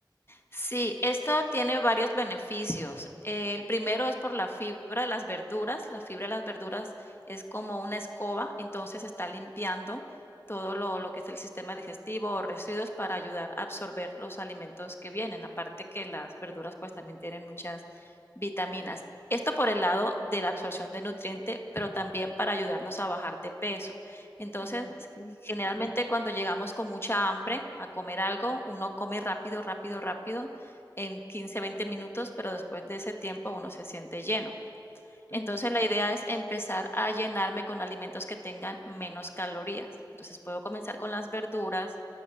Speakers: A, on the left; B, on the left.
A: Sí, esto tiene varios beneficios. Eh, El primero es por la fibra de las verduras. La fibra de las verduras es como una escoba, entonces está limpiando todo lo, lo que es el sistema digestivo o residuos para ayudar a absorber los alimentos que vienen.
B: Mm.
A: Aparte que las verduras pues también tienen muchas vitaminas. Esto por el lado de la absorción de nutriente, pero también para ayudarnos a bajar de peso. Entonces,
B: Ah, ok.
A: Generalmente cuando llegamos con mucha hambre a comer algo, uno come rápido, rápido, rápido en 15, 20 minutos, pero después de ese tiempo uno se siente lleno.
B: Ujú.
A: Entonces la idea es empezar a llenarme con alimentos que tengan menos calorías. Entonces puedo comenzar con las verduras,